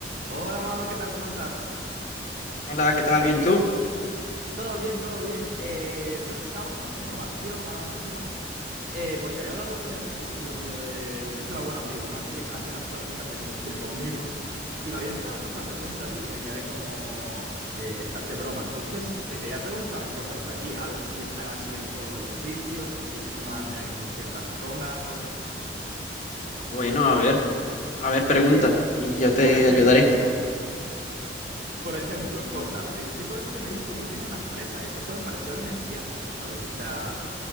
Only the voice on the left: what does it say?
Hola, ¿qué tal? Bien, ¿y tú?
Bueno, a ver, a ver, pregunta
y yo te
ayudaré.